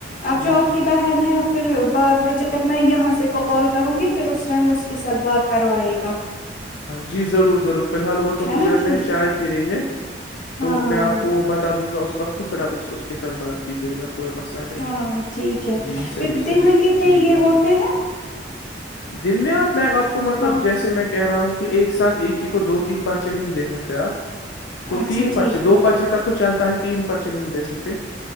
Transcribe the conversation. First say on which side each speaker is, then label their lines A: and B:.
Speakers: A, on the left; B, on the left.
A: اب
B: جی
A: جو آپ
B: جی
A: کی بہن ہے پھر بعد میں جب میں یہاں سے کال کروں گی پھر اس ٹائم اس کے ساتھ بات کروائے گا
B: جی ضرور ضرور فی الحال وہ تو مجھے
A: نا
B: لگتا
A: ٹھیک
B: ہے چائے پی رہی ہے
A: ہاں
B: تو میں آپ کو وہ بتا دوں گا اس اس وقت پھر آپ اس اس کے ساتھ بات کیجیے گا <unintelligible> نہیں
A: ہاں ٹھیک ہے
B: جی صحیح
A: پھر
B: صحیح
A: دن میں کتنے
B: ٹھیک
A: یہ
B: بات
A: ہوتے
B: ہے
A: ہیں <unintelligible>
B: دن میں آپ میں آپ کو مطلب
A: ہاں
B: جیسے میں کہہ رہا ہوں کہ ایک <unintelligible> ایک سھ ایک ہی کو دو تین پرچے نہیں دے سکتے آپ تو تین
A: اچھا
B: پرچے
A: ٹھیک
B: دو
A: ہے
B: پرچے تک تو چلتا ہے تو تین بچے نہیں دے سکتے <unintelligible>